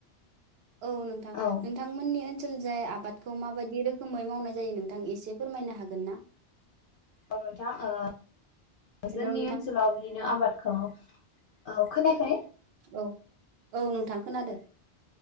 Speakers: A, on the right; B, on the left.
A: <inaudible> औ नोंथां
B: औ
A: नोंथांमोननि ओन सोलजाय आबादखौ माबायदि रोखोमै मावनाय जायो नोंथां एसे फोरमायनो हागोन ना?
B: अ नोंथां ओ
A: हेल'
B: जोंनि
A: नोंथां
B: ओनसोलाव बिदिनो
A: औ
B: आबादखौ औ खोनायाखै?
A: औ औ नोंथां खोनादों।